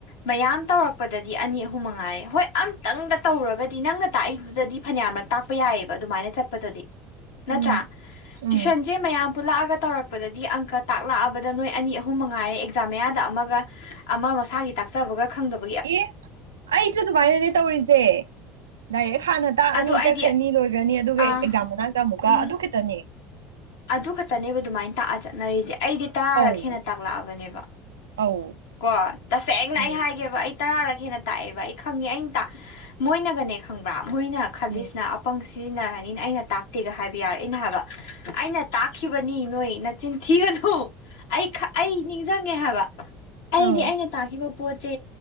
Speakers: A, on the left; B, on the right.
A: ꯃꯌꯥꯝ ꯇꯧꯔꯛꯄꯗꯗꯤ ꯑꯅꯤ ꯑꯍꯨꯝ ꯃꯉꯥꯔꯦ ꯍꯣꯏ ꯑꯝꯇꯪꯒ ꯇꯧꯔꯒꯗꯤ ꯅꯪꯅ ꯇꯥꯛꯏꯗꯨꯗꯗꯤ ꯐꯅꯌꯥꯝꯔꯛ ꯇꯥꯛꯄ ꯌꯥꯏꯑꯕ ꯑꯗꯨꯃꯥꯏꯅ ꯆꯠꯄꯗꯗꯤ ꯅꯠꯇ꯭ꯔꯥ
B: ꯎꯝ ꯎꯝ
A: ꯇ꯭ꯨꯁꯟ ꯁꯦ ꯃꯌꯥꯝ ꯄꯨꯜꯂꯛꯑꯒ ꯇꯧꯔꯛꯄꯗꯗꯤ ꯑꯪꯀ ꯇꯥꯛꯂꯛꯑꯕꯗ ꯅꯣꯏ ꯑꯅꯤ ꯑꯍꯨꯝ ꯃꯉꯥꯏꯔꯦ ꯑꯦꯛꯖꯥꯝ ꯃꯌꯥꯗ ꯑꯃꯒ ꯑꯃ ꯃꯁꯥꯒꯤ ꯇꯥꯛꯆꯕꯒ ꯈꯪꯗꯕ
B: ꯑꯦ ꯑꯩꯁꯨ ꯑꯗꯨꯃꯥꯏꯅꯅꯦ ꯇꯧꯔꯤꯁꯦ ꯗꯥꯏꯔꯦꯛ ꯍꯥꯟꯅ ꯇꯥꯛꯑꯅꯤ
A: ꯑꯗꯣ ꯑꯩꯗꯤ
B: ꯆꯠꯈ꯭ꯔꯅꯤ ꯂꯣꯏꯈ꯭ꯔꯅꯤ ꯑꯗꯨꯒ
A: ꯑꯥ
B: ꯑꯦꯛꯖꯥꯝ ꯃꯅꯥꯛꯇ ꯑꯃꯨꯛꯀ
A: ꯎꯝ
B: ꯑꯗꯨ ꯈꯤꯇꯅꯦ
A: ꯑꯗꯨ ꯈꯛꯇꯅꯦꯕ ꯑꯗꯨꯃꯥꯏꯅ ꯇꯥꯛꯑꯒ ꯆꯠꯅꯔꯤꯁꯦ ꯑꯩꯗꯤ ꯇꯔꯥꯔꯒ
B: ꯑꯧ
A: ꯍꯦꯟꯅ ꯇꯥꯛꯂꯛꯑꯕꯅꯦꯕꯀꯣ
B: ꯑꯧ
A: ꯇꯁꯦꯡꯅ
B: ꯎꯝ
A: ꯑꯩ ꯍꯥꯏꯒꯦꯕ ꯑꯩ ꯇꯔꯥꯔꯒ ꯍꯦꯟꯅ ꯇꯥꯛꯑꯦꯕ ꯑꯩ ꯈꯪꯉꯦ ꯑꯩꯅ ꯇ ꯃꯣꯏꯅꯒꯅꯦ ꯈꯪꯕ꯭ꯔꯥ ꯃꯣꯏꯅ ꯈꯜꯂꯤꯁꯤꯅ
B: ꯎꯝ
A: ꯑꯄꯪꯁꯤ ꯁꯤꯖꯤꯟꯅꯔꯅꯤꯅ ꯑꯩꯅ ꯇꯥꯛꯇꯦꯒ ꯍꯥꯏꯕ ꯌꯥꯔꯦ ꯑꯩꯅ ꯍꯥꯏꯕ ꯑꯩꯅ ꯇꯥꯛꯈꯤꯕꯅꯤ ꯅꯣꯏ ꯅꯆꯤꯟ ꯊꯤꯒꯅꯨ ꯑꯩ ꯑꯩ ꯅꯤꯡꯁꯤꯡꯉꯦ ꯍꯥꯏꯕ
B: ꯑꯧ
A: ꯑꯩꯗꯤ ꯑꯩꯅ ꯇꯥꯈꯤꯕ ꯄꯣꯠꯁꯦ